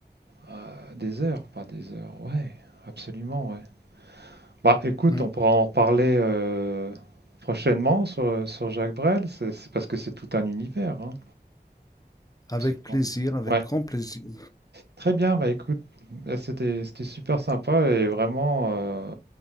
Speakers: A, on the right; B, on the left.
A: heu, des heures, pas des heures. Ouais, absolument, ouais. Bah, écoute,
B: Mm.
A: on pourra en reparler, heu, prochainement sur, sur Jacques Brel. C'est c'est parce que c'est tout un univers, hein.
B: Avec
A: Absolument.
B: plaisir, avec
A: Ouais.
B: grand plaisir.
A: Très bien, bah écoute, là, c'était c'était super sympa et vraiment, euh,